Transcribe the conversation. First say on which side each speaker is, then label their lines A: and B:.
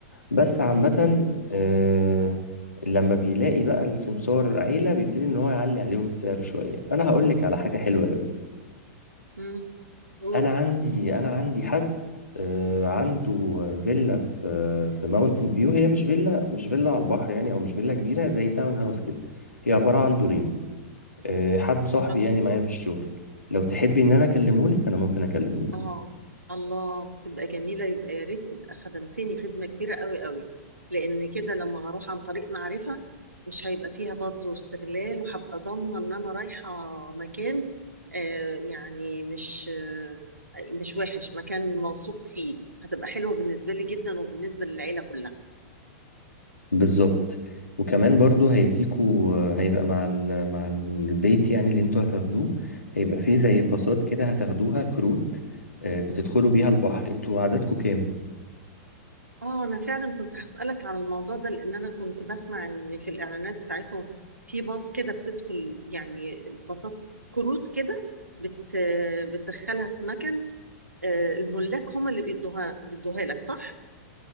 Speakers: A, on the left; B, on the right.
A: بس عامة آه، لما بيلاقي بقى السمسار عيلة بيبتدي ان هو يعلي عليهم السعر شوية فانا هقول لك على حاجة حلوة قوي
B: امم قول
A: انا عندي انا عندي حد آه، عنده فيلا في في ماونتن فيو هي مش فيلا مش فيلا على البحر يعني او مش فيلا كبيرة زي تاون هاوس كده هي عبارة عن دورين آه، حد صاحبي
B: الله
A: يعني معايا
B: آه.
A: في الشغل لو تحبي ان انا اكلمه لك انا ممكن اكلمه لك.
B: اه الله تبقى جميلة يبقى يا ريت تبقى خدمتني خدمة كبيرة قوي قوي لأن كده لما هروح عن طريق معرفة مش هيبقى فيها برضو استغلال وهبقى ضامنة إن أنا رايحة مكان آه يعني مش آه مش وحش مكان موثوق فيه هتبقى حلوة بالنسبة لي جدا وبالنسبة للعيلة كلها
A: بالظبط وكمان برضو هيديكوا هيبقى مع ال... مع البيت يعني اللي انتوا هتاخدوه هيبقى فيه زي باصات كده هتاخدوها كروت آه، بتدخلوا بيها البحر انتوا عددكوا كام
B: اه انا فعلا كنت هسألك على الموضوع ده لان انا كنت بسمع ان في الاعلانات بتاعتهم في باص كده بتدخل يعني باصات كروت كده بت بتدخلها في مكان آه، الملاك هم اللي بيدوها بيدوها لك صح؟